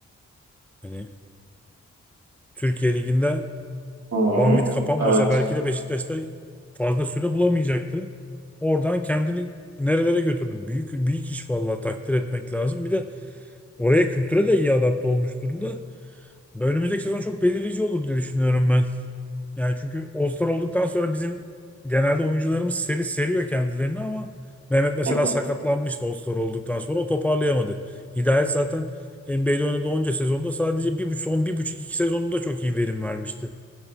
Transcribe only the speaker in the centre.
Hani Türkiye Ligi'nde
Banvit kapanmasa
belki de Beşiktaş'ta fazla süre bulamayacaktı. Oradan kendini nerelere götürdüm. Büyük büyük iş vallahi takdir etmek lazım. Bir de oraya kültüre de iyi adapte olmuş durumda. Önümüzdeki sezon çok belirleyici olur diye düşünüyorum ben. Yani çünkü All-Star olduktan sonra bizim genelde oyuncularımız seri seriyor kendilerini ama Mehmet mesela
sakatlanmıştı All-Star olduktan sonra o toparlayamadı. Hidayet zaten NBA'de oynadığı onca sezonda sadece bir, bu- son bir buçuk iki sezonunda çok iyi verim vermişti.